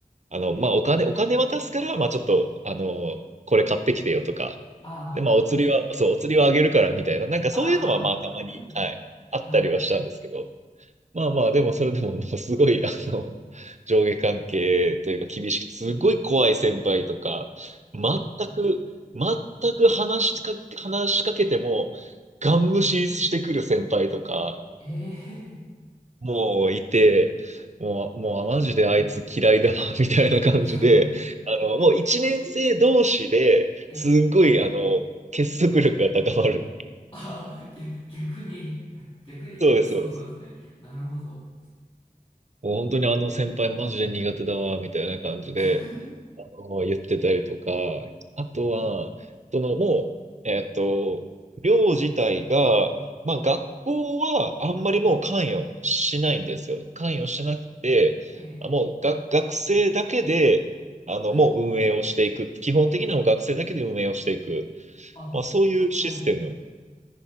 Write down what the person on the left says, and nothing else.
ああ、
はい。
ああ、
うん、
はい。
ええ、
<laughs> いや、
ええ、
ああ、ぎ逆に、逆にっていうか、
そうそうですね。
なるほど。
<laughs>
はい。
ええ、
はい。
あ、
はい。